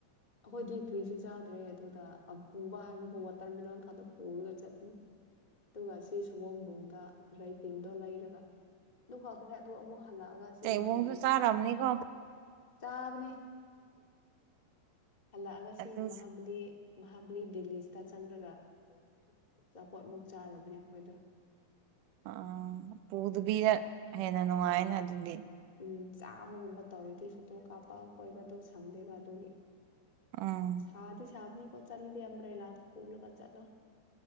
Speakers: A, on the left; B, on the right.
A: ꯑꯩꯈꯣꯏꯗꯤ ꯀ꯭ꯔꯤꯁꯨ ꯆꯥꯗ꯭ꯔꯦ ꯑꯗꯨꯗ ꯄꯨꯕ ꯍꯥꯏꯕꯕꯨ ꯋꯥꯇꯔꯃꯦꯂꯂꯣꯟ ꯀꯥꯟꯗ ꯄꯨꯔꯒ ꯆꯠꯅꯤ ꯑꯗꯨꯒ ꯁꯤ ꯁꯒꯣꯝꯝꯕꯨꯡꯗ ꯔꯥꯏꯇꯤꯟꯗꯣ ꯂꯩꯔꯒ ꯑꯗꯨꯗꯨ ꯈꯥꯎꯗꯅꯦ ꯑꯗꯣ ꯑꯃꯨꯛ ꯍꯜꯂꯑꯒ ꯁꯤ
B: ꯆꯩꯑꯣꯡꯁꯨ
A: ꯃꯥꯕꯂꯤ
B: ꯆꯥꯔꯝꯅꯤꯀꯣ
A: ꯆꯥꯎꯥꯕꯅꯤ ꯍꯜꯂꯛꯑꯒ ꯁꯤ
B: ꯑꯗꯨꯁꯨ
A: ꯃꯍꯥꯕꯂꯤ ꯃꯍꯥꯕꯂꯤ ꯗꯦꯜꯂꯤꯁꯤꯗ ꯆꯪꯂꯪꯂꯒ ꯑꯆꯥꯄꯣꯠꯃꯨꯛ ꯆꯥꯔꯕꯅꯦ ꯑꯩꯈꯣꯏꯗꯣ
B: ꯑꯥ ꯄꯨꯗꯕꯤꯗ ꯍꯦꯟꯅ ꯅꯨꯡꯉꯥꯏꯅ ꯑꯗꯨꯗꯤ
A: ꯎꯝ ꯆꯥꯝꯃꯒꯨꯝꯕ ꯇꯧꯔꯗꯤ ꯐꯣꯇꯣ ꯀꯥꯞꯄ ꯀꯣꯏꯕꯗꯣ ꯁꯪꯗꯦꯕ ꯑꯗꯨꯒꯤ
B: ꯎꯝ
A: ꯁꯥꯗꯤ ꯁꯥꯝꯅꯤ ꯄ ꯆꯗꯦ ꯑꯝꯕ꯭ꯔꯦꯂ ꯐꯨꯂꯒ ꯆꯂꯣ